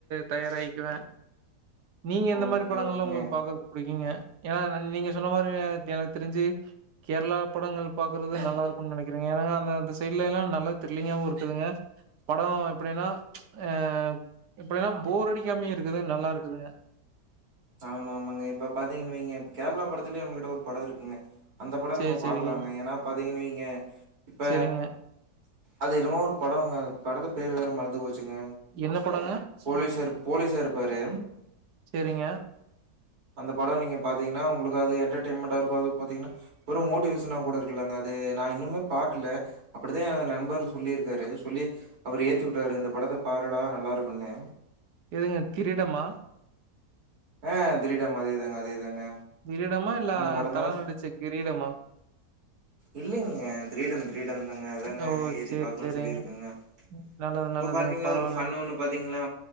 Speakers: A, on the right; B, on the right.
A: தயாராயிக்குவே நீங்க
B: ஓகே,
A: எந்த மாரி படங்கள்லா
B: ஓகேங்க.
A: உங்களுக்கு பாக்கறக் புடிக்குங்க ஏன்னா நீங்க சொன்ன மாரி எனக்கு தெரிஞ்சு கேர்ளா படங்கள் பாக்றது நல்லாருக்கும்னு நெனைக்கிறேங்க ஏனா அந்த அந்த சைட்லல்லா நல்லா தி ரில்லிங்காவு இருக்குதுங்க பட எப்டின்னா அ எப்டின்னா போரடிக்காமயு இருக்குது நல்லா இருக்குதுங்க
B: ஆமா ஆமாங்க இப்ப பாத்தீங்கன்னு வைக்க கேரளா படத்துலயு நம்மகிட்ட ஒரு பட இருக்குங்க அந்த பட
A: சரி,
B: நம்ம பாக்கலாங்க
A: சரிங்க,
B: ஏன்னா பாத்தீங்கனு வைங்க இப்ப
A: சரிங்க.
B: அது என்னமோ ஒரு படங்க அந்த படத்துக்கு பேரு வேற மறந்து போச்சுங்க
A: என்ன படங்க
B: போலீசார் போலீசா இருப்பாரு
A: சேரிங்க
B: அந்த படம் நீங்க பாத்தீங்கன்னா உங்களுக்கு அது என்டர்டெய்ன்மெண்டா இருக்கும் அது பாத்தீங்கன்னா ஒரு மோட்டிவேஷனன்னாவு கூட இருக் இல்லங்க அது நா இன்னுமே பாக்கல அப்படித்தா என் நண்பர் சொல்லிருக்காரு சொல்லி அவரு ஏத்தி வுட்டாரு இந்த படத்த பாருடா நல்லா இருக்குன்னு
A: எதுங்க திரீடமா
B: ஆ திரீடம் அதேதாங்க அதேதாங்க
A: திரீடமா இல்ல
B: அந்த படம்
A: தல
B: தான்
A: நடிச்ச கிரீடமா
B: இல்லைங்க திரீடம் திரீடம் தாங்க அதாங்க
A: ஓ!
B: ஏத்தி
A: சரி,
B: பாக்கனு
A: சரிங்க.
B: சொல்லிருக்கங்க
A: நல்லது,
B: இப்ப
A: நல்லதுங்க.
B: பாத்தீங்கலா
A: பரவால்லங்க.
B: ஒரு ஃபண் ஒண்ணு பாத்தீங்கலா